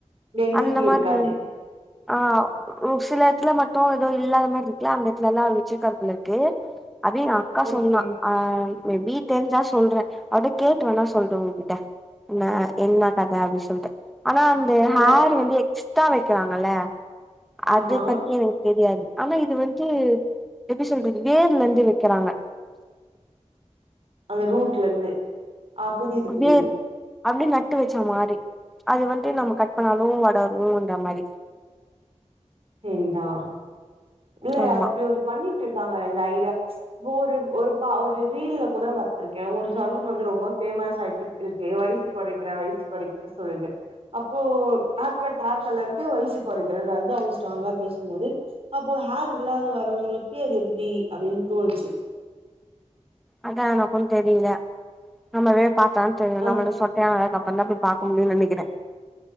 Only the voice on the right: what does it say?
டென்சிட்டி
இருக்காது
ஓகே
ந
ஆமா
அந்த ரூட்லந்து அ புரியிது புரியிது
தெரிதா இல்ல
அப்டி ஒரு பண்ணிட்டுருக்காங்க இந்த ஐடியா இப்ப ஒரு ஒரு பா ஒரு ரீல்ல கூட வத்துருக்கே ஒரு சலூன் வந்து ரொம்ப ஃபேமஸ் ஆய்ட்டு இருக்கு வயிசு கொறைக்கிற வயிசு கொறைக்ற சொல்லிட்டு அப்போ ஹேர் கட் ஹேர் கலருக்கு வயிசு கொறைக்கறது அது தா அவுங்க ஸ்ட்ராங்கா பேசும்போது அப்போ ஹேர் இல்லாத வரவங்களுக்கு அது எப்டி அப்டின்னு தோனுச்சு
அது